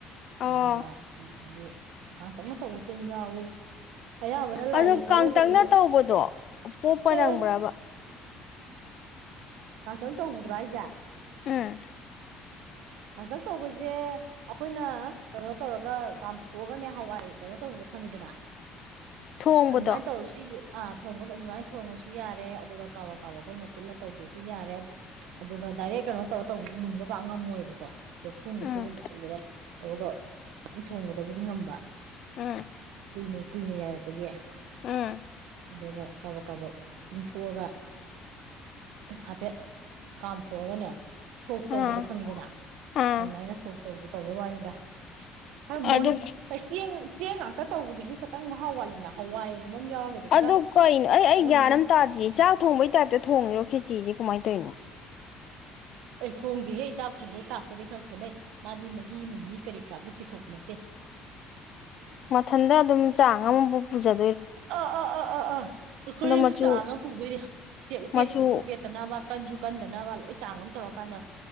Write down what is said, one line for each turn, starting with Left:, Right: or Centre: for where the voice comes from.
Left: ꯑꯣ
Right: ꯑꯅꯝꯕ <unintelligible> ꯀꯥꯡꯇꯛꯅ ꯇꯧꯕꯁꯨ ꯑꯗꯨꯝ ꯌꯥꯎꯋꯤ ꯑꯌꯥꯝꯕꯅ ꯂꯥꯏꯒꯤ
Left: ꯑꯗꯣ
Right: ꯇꯧ
Left: ꯀꯥꯡꯇꯛꯅ
Right: ꯃꯇꯝꯗꯤ
Left: ꯇꯧꯕꯗꯣ ꯄꯣꯞꯄ
Right: ꯑ
Left: ꯅꯪꯕ꯭ꯔꯕ
Right: ꯀꯥꯡꯇꯛꯅ ꯇꯧꯕꯗꯨꯔꯣ ꯍꯥꯏꯦꯁꯦ
Left: ꯎꯝ
Right: ꯀꯥꯡꯇꯛꯅ ꯇꯧꯕꯁꯦ ꯑꯩꯈꯣꯏꯅ ꯀꯩꯅꯣ ꯇꯧꯔꯒ ꯀꯥꯝꯊꯣꯛꯑꯒꯅꯦ ꯍꯋꯥꯏ ꯀꯩꯅꯣ ꯇꯧꯕꯗꯣ ꯈꯪꯉꯤꯗꯅ
Left: ꯊꯣꯡꯕꯗꯣ
Right: ꯑꯗꯨꯃꯥꯏꯅ ꯇꯧꯔꯁꯨꯏ ꯑꯥ ꯊꯣꯡꯕꯗ ꯑꯗꯨꯃꯥꯏꯅ ꯊꯣꯡꯉꯁꯨ ꯌꯥꯔꯦ ꯑꯗꯨꯒ ꯀꯥꯕꯛ ꯀꯥꯕꯛ ꯑꯩꯈꯣꯏꯅ ꯐꯨꯠꯂ ꯇꯧꯒꯦꯁꯨ ꯌꯥꯔꯦ ꯑꯗꯨꯒ ꯗꯥꯏꯔꯦꯛ ꯀꯩꯅꯣ ꯇꯧꯔ ꯇꯧꯕꯁꯨ ꯃꯨꯟꯕ ꯄꯥꯛ ꯉꯝꯃꯣꯏꯕ ꯀꯣ ꯀꯣꯔꯐꯨ ꯅꯨꯡꯐꯨ
Left: ꯎꯝ
Right: ꯒꯨꯝꯕ ꯑꯆꯧꯕꯗ <unintelligible> ꯃꯌꯥꯝ ꯊꯣꯡꯕꯗꯕꯨꯗꯤ ꯉꯝꯕ
Left: ꯎꯝ
Right: ꯀꯨꯏꯅꯦ ꯀꯨꯏꯅ ꯌꯥꯏꯔꯛꯄꯒꯤ
Left: ꯎꯝ
Right: ꯑꯗꯨꯒ ꯀꯥꯕꯣꯛ ꯀꯥꯕꯣꯛ ꯇꯤꯡꯊꯣꯛꯑꯒ ꯍꯥꯏꯐꯦꯠ ꯀꯥꯝꯊꯣꯛꯑꯒꯅꯦ ꯁꯣꯛ ꯇꯧꯕꯗꯣ
Left: ꯑꯥ
Right: ꯈꯪꯉꯤꯗꯅ
Left: ꯑꯥ
Right: ꯑꯗꯨꯃꯥꯏꯅ ꯁꯣꯛ ꯇꯧ ꯇꯧꯕꯩ ꯋꯥꯅꯤꯗ ꯈꯔ ꯃꯣꯟ
Left: ꯑꯗꯨ
Right: ꯆꯦꯡ ꯆꯦꯡ ꯉꯥꯛꯇ ꯇꯧꯕꯗꯨꯗꯤ ꯈꯤꯇꯪ ꯃꯍꯥꯎ ꯋꯥꯠꯂꯤꯅ ꯍꯋꯥꯏꯒꯨꯝꯕ ꯑꯃ ꯌꯥꯎꯔꯒꯗꯤ ꯈꯔ
Left: ꯑꯗꯨ ꯀꯩꯅꯣ ꯑꯩ ꯑꯩ
Right: ꯃꯨꯟ
Left: ꯒ꯭ꯌꯥꯟ
Right: ꯃꯨꯟ
Left: ꯑꯃ ꯇꯥꯗꯤꯌꯦ ꯆꯥꯛ ꯊꯣꯡꯕꯩ ꯇꯥꯏꯞꯇ ꯊꯣꯡꯉꯤꯔꯣ ꯈꯦꯆꯤꯁꯦ ꯀꯃꯥꯏꯅ ꯇꯧꯔꯤꯅꯣ
Right: ꯑꯦ ꯊꯣꯡꯗꯦꯍꯦ ꯆꯥꯛ ꯊꯣꯡꯕꯩ ꯇꯥꯥꯛꯄꯗꯩ ꯈꯔ ꯈꯦꯠꯅꯩ ꯃꯥꯗꯤ ꯃꯍꯤ ꯅꯨꯡꯍꯤ ꯀꯔꯤ ꯀꯔꯥ ꯑꯃꯠ ꯆꯤꯊꯣꯛꯄ ꯅꯠꯇꯦ
Left: ꯃꯊꯟꯗ ꯑꯗꯨꯝ ꯆꯥꯡ ꯑꯃꯕꯨ ꯄꯨꯖ
Right: ꯑ ꯑꯥ ꯑꯥ ꯑꯥ ꯑꯥ ꯑꯩꯈꯣꯏꯅ
Left: ꯑꯗꯣ ꯃꯆꯨ
Right: ꯆꯥꯡ ꯑꯃ ꯄꯨꯗꯣꯏꯅꯦ ꯄꯦꯠ ꯄꯦꯠꯁꯨ
Left: ꯃꯆꯨ
Right: ꯄꯦꯠꯇꯅꯕ ꯀꯟꯁꯨ ꯀꯟꯗꯅꯕ ꯂꯣꯏ ꯆꯥꯡ ꯑꯃ ꯇꯧꯔꯀꯥꯟꯗ